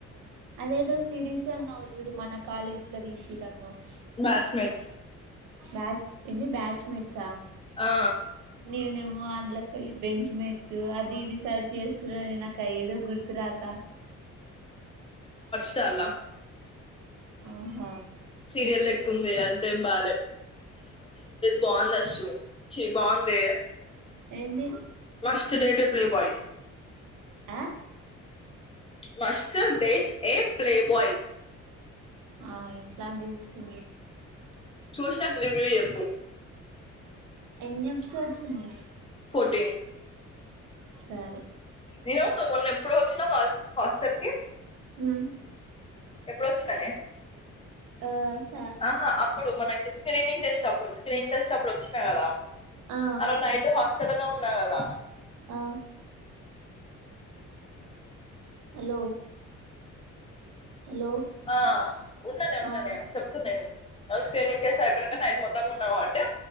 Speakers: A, on the right; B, on the left.
A: అదేదో సిరీస్ అన్నావు చూడు మన కాలేజ్ లో తీసిర్రు అన్నావవ్
B: బ్యాచ్ మేట్స్
A: బ్యాచ్ ఏంది బ్యాచ్మెట్సా
B: ఆ
A: నీనేమో అందులోకి పోయ బెంచ్ మేట్స్ అది ఇది సర్చ్ చేస్ సురణ నాక ఏదో గుర్తురాక
B: చాలా
A: ఆహ
B: సీరియల్ లేక్కుంది అదే బాలేద బాగుంది అశు చి బావుందే
A: ఏంటి
B: last date a playboy
A: ఆ
B: most date a playboy
A: ఆ ఇట్లాంటి చూస్తే
B: చూసినక రీవ్యూ చేప్పు
A: ఎన్నీపిసోడ్స్ ఉన్నాయి
B: ఫోర్టీన్
A: సరే
B: నేను మొన్న ఎప్పుడు వచ్చిన హ హాస్టల్కి
A: ఉమ్
B: ఎప్పుడు వచ్చిననేన్
A: ఆస్
B: ఆహా అప్పుడు మనకి స్క్రీనింగ్ టెస్ట్ అప్పుడు స్క్రీన్ టెస్ట్ అప్పుడు వచ్చినా కదా
A: ఆ
B: ఆరోజ్ నైట్ హాస్టల్నే ఉన్నా కదా
A: ఆ హలో హలో
B: ఆ ఉన్ననే ఉన్నానే
A: ఆ
B: చెప్తున్నా నేను స్క్రీనింగ్ చేస్తా అయిపోయ నాకా మో క మున్నా కాబట్టి